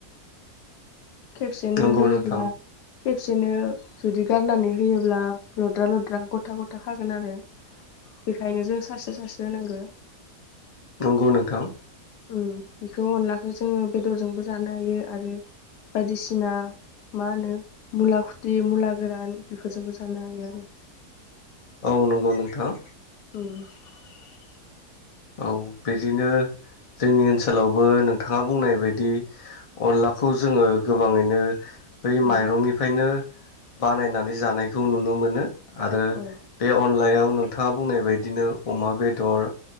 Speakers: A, on the left; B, on the left.
A: खेबसेनो
B: नंगौ
A: होयोब्ला
B: नोंथां
A: खेबसेनो जुदि गारनानै होयोब्ला लद्रा लद्रा गथा गथा खागोन आरो बेखायनो जों सारस्रो-सारस्रो होनांगौ।
B: नंगौ नोंथां।
A: उह बेखौ अनलाखौ जोङो बेदरजोंबो जानो हायो आरो बायदिसिना मा होनो मुला खुथि मुला गोरान बेफोरजोंबो जानो हायो आरो।
B: औ नंगौ नोंथां।
A: उह
B: औ बिदिनो जोंनि ओनसोलावबो नों नोंथाङा बुंनाय बायदि अनलाखौ जोङो गोबाङैनो माइ
A: औ
B: माइरंनिफ्रायनो बानायनानै जानायखौ नुनो मोनो। आरो
A: औ
B: बे अनलायाव नोंथाङा बुंनाय बायदिनो अमा बेदर